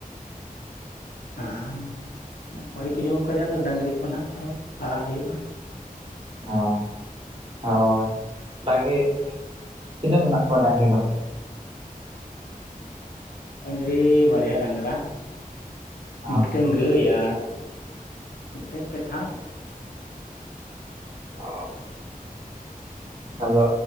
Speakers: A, on the left; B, on the right.
A: ᱟᱨ ᱫᱟᱜ ᱢᱟᱹᱲᱤ ᱠᱚ ᱡᱚᱢ ᱠᱟᱛᱮ ᱟᱫᱚ ᱰᱟᱝᱨᱤ ᱠᱚ ᱱᱟᱦᱟᱜ ᱟᱨᱚ ᱟᱲᱟᱜ ᱦᱩᱭᱩᱜᱼᱟ
B: ᱦᱳᱭ ᱦᱳᱭ ᱾ ᱰᱟᱹᱝᱨᱤ, ᱛᱤᱱᱟᱹᱜ ᱢᱮᱱᱟᱜ ᱠᱚᱣᱟ ᱰᱟᱹᱝᱨᱤ ᱫᱚ?
A: ᱰᱟᱹᱝᱨᱤ ᱵᱟᱨᱭᱟ ᱰᱟᱝᱨᱟ
B: ᱚ
A: ᱢᱤᱜᱴᱟ. ᱝ ᱜᱟᱹᱭ ᱟᱨ ᱢᱤᱜᱴᱝ ᱯᱮᱴᱷᱟᱲ
B: ᱚ ᱟᱫᱚ